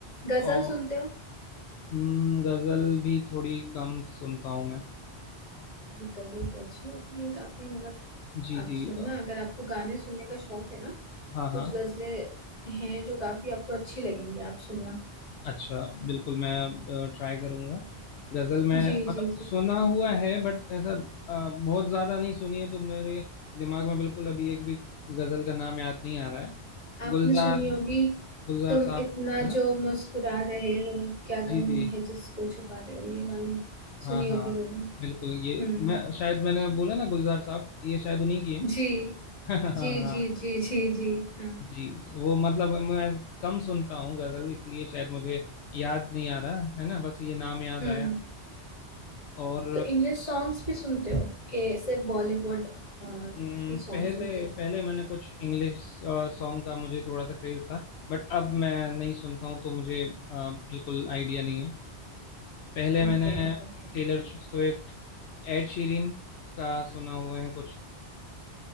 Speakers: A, on the left; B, on the left.
A: गजल
B: और
A: सुनते हो
B: हम्म, गजल भी थोड़ी कम सुनता हूँ मैं
A: ये गजल तो अच्छी होती है काफी मतलब
B: जी
A: आप
B: जी
A: सुनना
B: अ,
A: अगर आपको गाने सुनने का शौक है ना
B: हाँ हाँ
A: कुछ गजलें हैं जो काफी आपको अच्छी लगेंगी आप सुनना
B: अच्छा बिल्कुल मैं ट्राई करूंगा गजल में
A: जी
B: मतलब
A: जी जी
B: सुना हुआ है बट ऐसा अ, बहुत ज्यादा नहीं सुनी है तो मेरे दिमाग में बिल्कुल अभी एक भी गजल का नाम याद नहीं आ रहा है
A: आपने
B: गुलजार
A: सुनी होगी
B: गुलजार
A: तुम
B: साहब
A: इतना
B: है ना
A: जो मुस्कुरा रहे हो क्या
B: जी
A: गम
B: जी
A: है जिसको छुपा रहे हो ये वाली
B: हाँ
A: सुनी
B: हाँ
A: होगी जरूर
B: बिल्कुल ये
A: हम्म
B: मैं शायद मैंने बोला ना गुलजार साहब ये शायद उन्हीं की है
A: जी
B: <laughs> हाँ
A: जी
B: हाँ
A: जी जी जी जी हाँ
B: जी वो मतलब मैं कम सुनता हूँ गजल इसलिए शायद मुझे याद नहीं आ रहा है ना बस ये नाम याद
A: हम्म
B: आया और
A: तो इंग्लिश सॉन्ग्स भी सुनते हो कि सिर्फ बॉलीवुड
B: हम्म,
A: ही सॉन्ग
B: पहले
A: सुनते
B: पहले मैंने कुछ इंग्लिश सॉन्ग का मुझे थोड़ा सा क्रेज था बट अब मैं नहीं सुनता हूँ तो मुझे अ, बिल्कुल आइडिया नहीं है पहले
A: हो
B: मैंने
A: ओके ओके
B: टेलर स्विफ्ट एड शीरिन का सुना हुए हैं कुछ